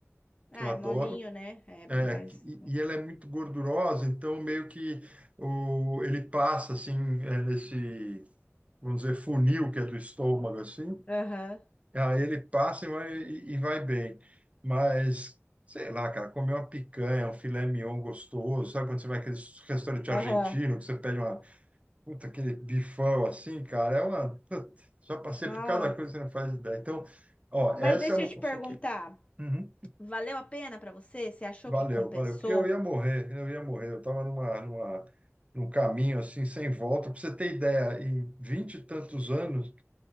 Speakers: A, on the left; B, on the right.
A: Ah,
B: que eu adoro,
A: é molinho, né? É, mas.
B: É, que- e e ela é muito gordurosa, então meio que o, ele passa assim, é, nesse, vamos dizer, funil que é do estômago, assim,
A: Aham,
B: aí ele passa e vai, e e vai bem. Mas, sei lá, cara, comer uma picanha, um filé mignon gostoso, sabe quando você vai naqueles restaurante
A: aham.
B: argentino, que você pede uma, puta, aquele bifão assim, cara, é uma, puta, já passei
A: Nossa.
B: por cada coisa que você não faz ideia. Então, ó,
A: Mas
B: essa
A: deixa
B: é uma
A: eu te
B: consequência.
A: perguntar,
B: Uhum.
A: valeu a pena pra você? Você achou
B: Valeu,
A: que compensou
B: valeu. Porque eu ia morrer, eu ia morrer. Eu estava numa, numa, num caminho assim, sem volta. Para você ter ideia, em vinte e tantos anos,